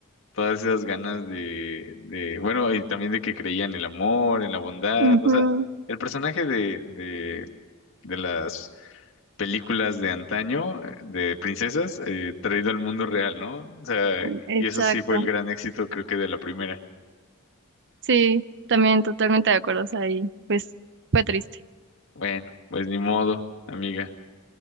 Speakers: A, on the left; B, on the right.
A: todas esas ganas de, de, bueno, y también de que creía en el amor, en la bondad.
B: Ujú,
A: O sea, el personaje de, de, de las películas de antaño, eh, de princesas, eh, traído al mundo real, ¿no? O sea,
B: Exacto.
A: y eso sí fue el gran éxito, creo que de la primera.
B: Sí, también totalmente de acuerdo, o sea, y pues fue triste.
A: Bueno, pues ni modo, amiga.